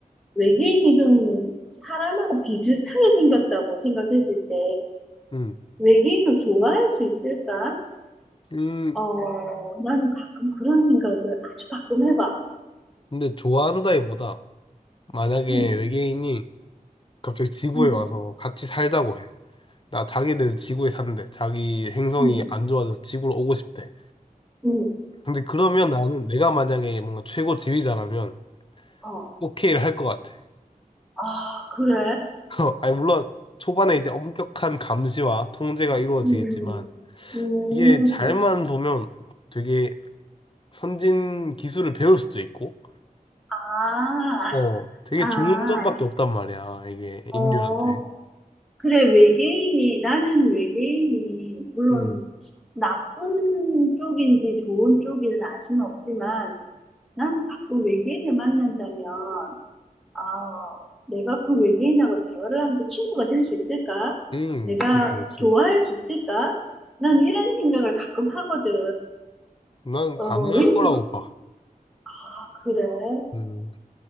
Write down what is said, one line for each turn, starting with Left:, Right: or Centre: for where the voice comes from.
Centre: 외계인이 좀 사람하고 비슷하게 생겼다고 생각했을 때,
Left: 음,
Centre: 외계인을 좋아할 수 있을까?
Left: 음.
Centre: 어, 나는 가끔 그런 생각을 아주 가끔 해봐.
Left: 근데 좋아한다기보다 만약에
Centre: 응,
Left: 외계인이 갑자기 지구에
Centre: 응,
Left: 와서 같이 살자고 해. 나 자기네 지구에 산대. 자기 행성이
Centre: 응,
Left: 안 좋아져서 지구로 오고 싶대.
Centre: 응,
Left: 근데 그러면 나는 내가 만약에 뭔가 최고 지휘자라면
Centre: 어.
Left: 오케이를 할 것 같아.
Centre: 아, 그래?
Left: <laughs> 아니, 물론 초반에 이제 엄격한 감시와 통제가 이루어지겠지만
Centre: 음, 음,
Left: 이게 잘만 보면 되게 선진 기술을 배울 수도 있고
Centre: 아,
Left: 어 되게
Centre: 아,
Left: 좋은 점밖에 없단 말이야 이게
Centre: 어.
Left: 인류한테
Centre: 그래, 외계인이, 나는 외계인이, 물론
Left: 음,
Centre: 나쁜 쪽인지 좋은 쪽인지 알 수는 없지만, 나는 가끔 외계인을 만난다면, 아, 내가 그 외계인하고 대화를 하면서 친구가 될 수 있을까?
Left: 음
Centre: 내가
Left: 그치 그치
Centre: 좋아할 수 있을까? 난 이런 생각을 가끔 하거든.
Left: 난
Centre: 어,
Left: 가능할
Centre: 왠지,
Left: 거라고 봐
Centre: 아, 그래.
Left: 음,